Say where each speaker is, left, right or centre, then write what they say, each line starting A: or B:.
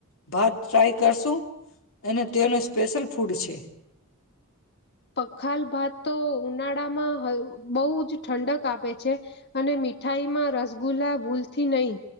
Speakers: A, on the left (about 65°); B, on the left (about 50°).
A: ભાત ટ્રાય કરશું અને તેનો સ્પેશિલ ફૂડ છે.
B: પખાલ ભાત તો ઉનાળામાં બોવજ ઠંડક આપે છે અને મીઠાઈમાં રસગુલ્લા ભૂલતી નહી,